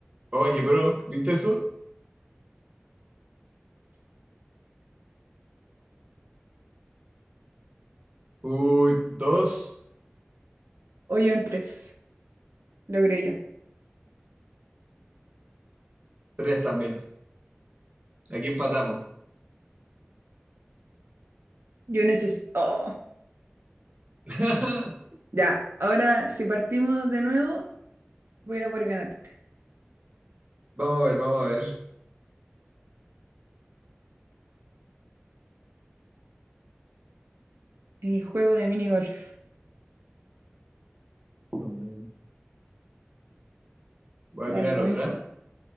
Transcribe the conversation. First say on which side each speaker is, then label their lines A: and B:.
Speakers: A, on the right; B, on the right.
A: Uy, qué pro. ¿Viste eso? Uy, dos,
B: Hoyo en tres. Logré yo.
A: tres también. Aquí empatamos.
B: Yo necesito. Oh,
A: <laughs>
B: Ya, ahora si partimos de nuevo, voy a poder ganarte.
A: Vamos a ver, vamos a ver.
B: En el juego de mini golf.
A: Mm, Voy
B: Dale,
A: a crear
B: comienza.
A: otra.